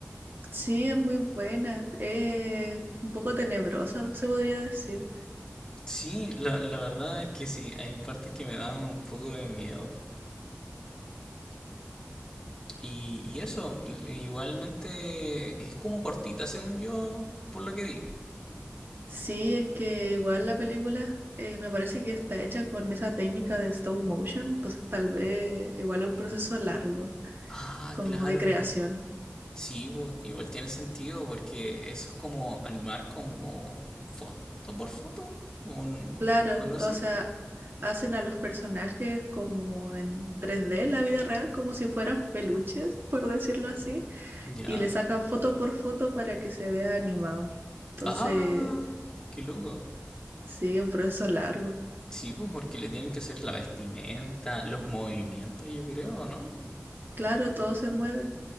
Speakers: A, on the right; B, on the left.
A: Sí, es muy buena. Eh, un poco tenebrosa, se podría decir.
B: Sí, la, la verdad es que sí, hay partes que me dan un poco de miedo. Y, y eso, igualmente es como cortita según yo, por lo que vi.
A: Sí, es que igual la película eh, me parece que está hecha con esa técnica de stop motion, entonces tal vez igual es un proceso largo,
B: Ah,
A: como
B: claro.
A: de creación.
B: Sí, pues, igual tiene sentido porque eso es como animar como foto por foto o, un-
A: Claro,
B: o algo
A: o
B: así.
A: sea, hacen a los personajes como en 3D, la vida real, como si fueran peluches, por decirlo así
B: Mm. ¿Ya?
A: y le sacan foto por foto para que se vea animado. Entonces,
B: Ah, qué loco.
A: sí, un proceso largo.
B: Sí, pues porque le tienen que hacer la vestimenta, los movimientos, yo creo, ¿no?
A: Claro, todo se mueve.